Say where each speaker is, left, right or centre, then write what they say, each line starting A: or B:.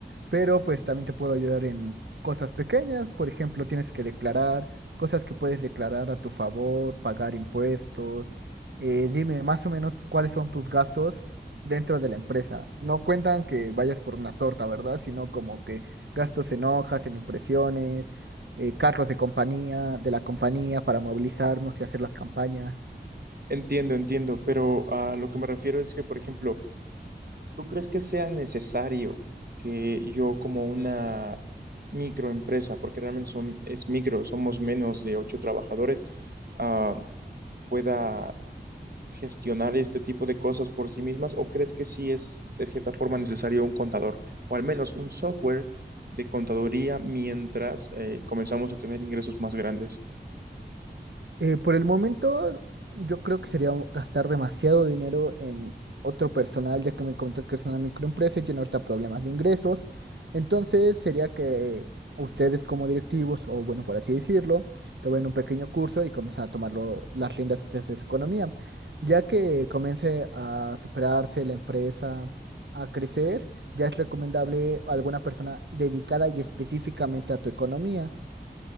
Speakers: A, on the right; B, on the right.
A: pero pues también te puedo ayudar en cosas pequeñas. Por ejemplo, tienes que declarar cosas que puedes declarar a tu favor, pagar impuestos. Eh, dime más o menos cuáles son tus gastos dentro de la empresa. No cuentan que vayas por una torta, ¿verdad? Sino como que gastos en hojas, en impresiones, eh, carros de compañía, de la compañía para movilizarnos y hacer las campañas.
B: Entiendo, entiendo, pero a lo que me refiero es que, por ejemplo, ¿tú crees que sea necesario que yo como una microempresa, porque realmente son, es micro, somos menos de ocho trabajadores, ah, pueda gestionar este tipo de cosas por sí mismas o crees que sí es de cierta forma necesario un contador o al menos un software de contaduría mientras eh, comenzamos a tener ingresos más grandes?
A: Eh, por el momento, yo creo que sería un- gastar demasiado dinero en otro personal, ya que me comentas que es una microempresa y tiene ahorita problemas de ingresos. Entonces, sería que ustedes como directivos, o bueno, por así decirlo, tomen un pequeño curso y comiencen a tomar las riendas ustedes de su economía, ya que comience a superarse la empresa, a crecer. Ya es recomendable alguna persona dedicada y específicamente a tu economía.